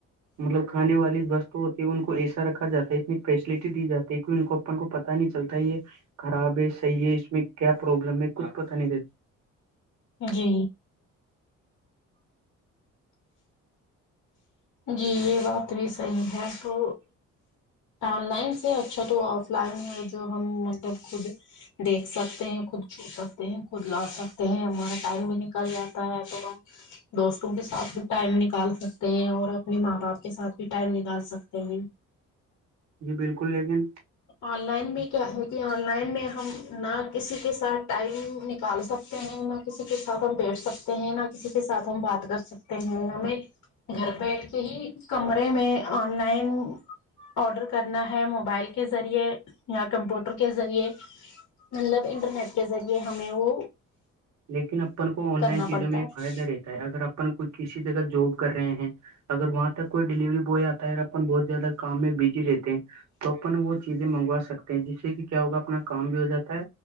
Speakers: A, on the right; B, on the left.
A: مطلب کھانے والی وستو ہوتی ہے ان کو ایسا رکھا جاتا ہے اتنی فیسلٹی دی جاتی ہے کہ ان کو کو پتا نہیں چلتا یہ خراب ہے صحیح ہے اس میں کیا پروابلم ہے کچھ پتا نہیں رہتا
B: جی جی یہ بات بھی صحیح ہے تو آن لائن سے اچھا تو آف لائن ہے جو ہم مطلب خود دیکھ سکتے ہیں خود چھو سکتے ہیں خود لا سکتے ہیں ہمارا ٹائم بھی نکل جاتا ہے تو ہم دوستوں کے ساتھ بھی ٹائم نکال سکتے ہیں اور اب اپنے ماں باپ کے ساتھ بھی ٹائم نکال سکتے ہیں
A: جی بالکل لیکن
B: آن لائن میں کیا ہے کہ آن لائن میں ہم نہ کسی کے ساتھ ٹائم نکال سکتے ہیں نہ نہ کسی کے ساتھ ہم بیٹھ سکتے ہیں نہ کسی کے سھ ہم بات کر سکتے ہیں ہمیں گھر بیٹھ کے ہی کمرے میں آن لائن آڈر کرنا ہے موبائل کے ذریعے یا کمپیوٹر کے ذریعے مطلب انٹرنیٹ کے ذریعے ہمیں وہ
A: لیکن اپن کو آن
B: کرنا
A: لائن چیزوں
B: پڑتا
A: میں ایک
B: ہے
A: فائدہ رہتا ہے اگر اپن کوئی کسی جگہ جاب کر رہے ہیں اگر وہاں تک کوئی ڈیلیوری بوائے آتا ہے اور اپن بہت زیادہ کام میں بزی رہتے ہیں تو اپن وہ چیزیں منگوا سکتے ہیں جس سے کہ کیا ہوگا اپنا کام بھی ہو جاتا ہے